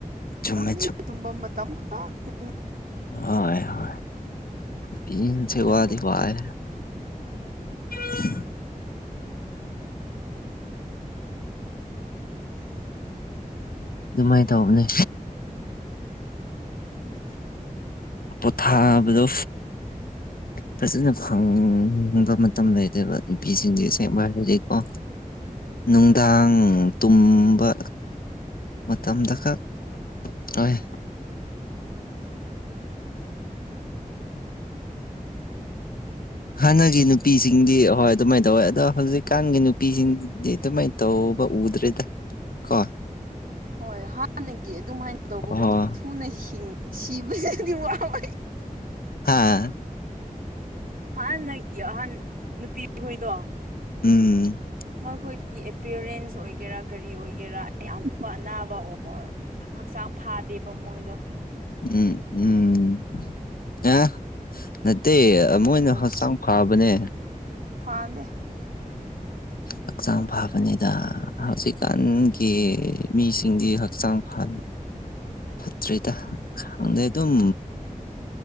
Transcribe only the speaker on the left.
ꯆꯨꯝꯃꯦ
ꯍ ꯍ ꯄꯁ
ꯋꯥꯗꯤ ꯋꯥꯏ <unintelligible> ꯑꯗꯨꯃꯥꯏꯅ ꯇꯧꯕꯅꯦ
ꯄꯣꯊꯥꯕꯗꯣ ꯐꯖꯅ ꯐꯪꯕ ꯃꯇꯝ ꯂꯩꯇꯕ ꯅꯨꯄꯤꯁꯤꯡꯁꯦ ꯁꯦꯡꯕꯗꯤ ꯑꯣ
ꯅꯨꯡꯗꯥꯡ ꯇꯨꯝꯕ ꯃꯇꯝꯗ ꯈꯛ ꯑꯣꯏ ꯍꯥꯟꯅꯒꯤ ꯅꯨꯄꯤꯁꯤꯡꯗꯤ ꯑꯍꯣꯏ ꯑꯗꯨꯃꯥꯏꯅ ꯇꯧꯋꯦ ꯑꯗꯣ ꯍꯧꯖꯤꯛꯀꯥꯟꯒꯤ ꯅꯨꯄꯤꯁꯤꯡꯗꯤ ꯑꯗꯨꯃꯥꯏꯅ ꯇꯧꯕ ꯎꯗ꯭ꯔꯦꯗ ꯀꯣ
ꯑꯣ
ꯍꯥꯥ
ꯎꯝ
ꯎꯝ ꯎꯝ ꯑ ꯑꯇꯩ ꯃꯣꯏꯅ
ꯍꯛꯆꯥꯡ ꯐꯕꯅꯦ
ꯍꯛꯆꯥꯡ ꯐꯥꯕꯅꯤꯗ ꯍꯧꯖꯤꯛꯀꯥꯟꯒꯤ ꯃꯤꯁꯤꯡꯗꯤ ꯍꯛꯆꯥꯡ ꯐ ꯇꯔꯤꯇ ꯑꯗ ꯑꯗꯨꯝ